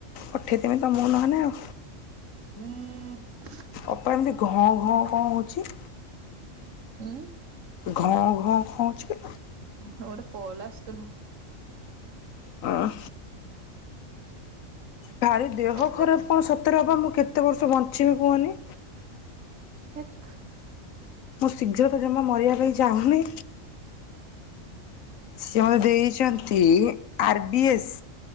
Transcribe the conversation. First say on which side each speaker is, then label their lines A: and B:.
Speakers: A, on the left (about 80°); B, on the right (about 70°).
A: ପଠେଇଦେବି ତମକୁ ନହେଲେ ଆଉ।
B: <inaudible>
A: ଅପା ଏମିତି ଘଁ ଘଁ କଣ ହଉଛି।
B: ଉୁଁ,
A: ଘଁ ଘଁ କଣ ହଉଛି କି
B: ଗୋଟେ କଲ ଆସୁଥିଲା।
A: ଅ ଭାରି ଦେହ
B: କାଟିଦେଲି
A: ଖରାପ କଣ ସତରେ ଅପା, ମୁଁ କେତେ ବର୍ଷ ବଞ୍ଚିବି କୁହନି।
B: ହେ୍କ।
A: ମୁଁ ଶୀଘ୍ର ତ ଜମା ମରିବା ପାଇଁ ଚାହୁଁନି। ସିଏ ମୋତେ ଦେଇଛନ୍ତି ଆର ବି ଏସ୍।